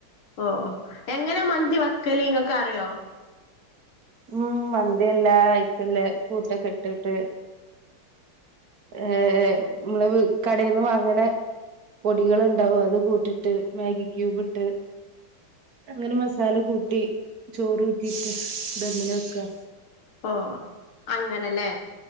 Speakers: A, on the left (about 75°); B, on the right (about 50°).
A: ഓഹ് എങ്ങനെ മന്തി വെക്കല് ങ്ങൾക്ക് അറിയോ
B: ഉം മന്തി എല്ലാ അയ്ക്ക്ല്ലേ കൂട്ടൊക്കെ ഇട്ടിട്ട് ഏ നമ്മള് കടയിൽന്ന് വാങ്ങ്ണെ പൊടികളുണ്ടാവും അത് കൂട്ടിട്ട് മാഗി ക്യൂബ് ഇട്ട് അങ്ങനെ മസാല കൂട്ടി ചോറ് ഊറ്റിയിട്ട് ദമ്മില് വെക്കാ
A: ഓഹ് അങ്ങനെല്ലേ